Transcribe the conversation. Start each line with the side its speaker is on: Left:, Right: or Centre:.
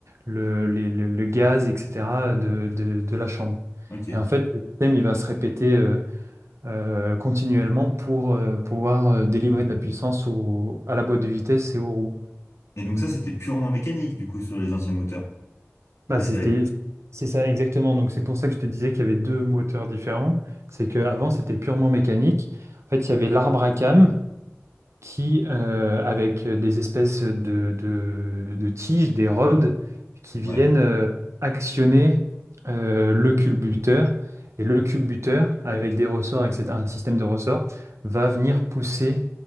Right: le, les- le- le gaz, etc., de, de- de la chambre.
Left: Ok.
Right: Et en fait, le système, il va se répéter. euh, euh, continuellement pour euh, pouvoir euh, délivrer de la puissance au- à la boîte de vitesse et aux roues.
Left: Et donc ça, c'était purement mécanique, du coup, sur les anciens moteurs.
Right: Bah,
Left: Et
Right: c'était,
Left: ça allait.
Right: c'est ça exactement. Donc c'est pour ça que je te disais qu'il y avait deux moteurs différents. C'est qu'avant, c'était purement mécanique. En fait, il y avait l'arbre à cames qui, euh, avec des espèces de, de- de tiges, des rods, qui viennent
Left: Ouais.
Right: euh, actionner euh, le culbuteur. Et le culbuteur, avec des ressorts, etc., un système de ressorts, va venir pousser